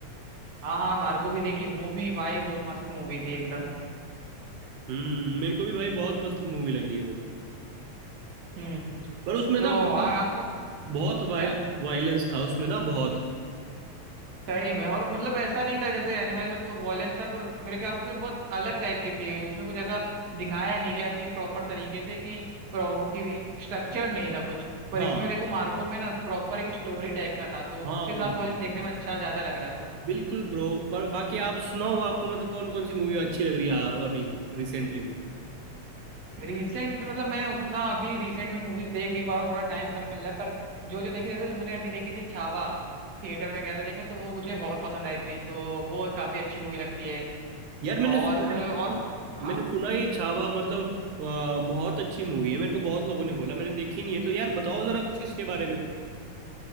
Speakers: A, on the right; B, on the right.
A: हाँ हाँ मार्को भी देखी वो भी भाई वो मस्त मूवी थी एकदम
B: हम्म मेरे को भी भाई बहुत मस्त मूवी लगी वो
A: हम्म
B: पर उसमें
A: तो
B: ना बहुत
A: और आपको
B: बहुत वाय,
A: क्या
B: वायलेंस था उसमें ना बहुत
A: सही में और मतलब ऐसा नहीं था जैसे एनिमल में कोई वॉयलेंस था पर मेरे ख्याल से बहुत अलग टाइप की थी उसमें कुछ ऐसा दिखाया नहीं गया कि प्रॉपर तरीके से कि pro- कि स्ट्रक्चर नहीं था कुछ पर
B: हाँ
A: इसमें देखो मार्को में ना प्रॉपर एक स्टोरी टाइप का था तो
B: हाँ
A: उसके
B: ब्रो
A: साथ वॉयलेंस
B: हाँ
A: देखने में अच्छा ज्यादा लग रहा था
B: बिल्कुल ब्रो पर बाकी आप सुनाओ आपको मतलब कौन कौन सी मूवी अच्छी लग रही है आ- अभी रिसेंटली
A: रिसेंट मतलब मैं उतना अभी रिसेंट में मूवीज देख नहीं पा रहा हूँ थोड़ा टाइम कम मिल रहा है पर जो जो देखी जैसे मैंने अभी देखी थी छावा थिएटर में गया था देखने तो वो मुझे बहुत पसंद आई थी तो वो काफी अच्छी मूवी लगती है
B: यार मैंने
A: और
B: सुना
A: और
B: है
A: हाँ
B: मैंने सुना ये छावा मतलब अ, बहुत अच्छी मूवी है मेरे को बहुत लोगों ने बोला मैंने देखी नहीं है तो यार बताओ जरा कुछ इसके बारे में